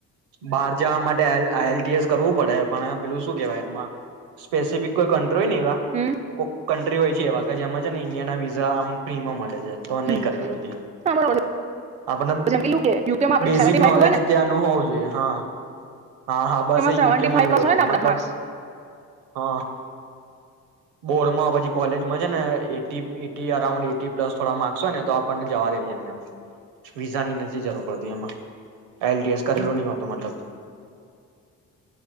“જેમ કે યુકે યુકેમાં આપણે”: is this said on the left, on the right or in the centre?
Right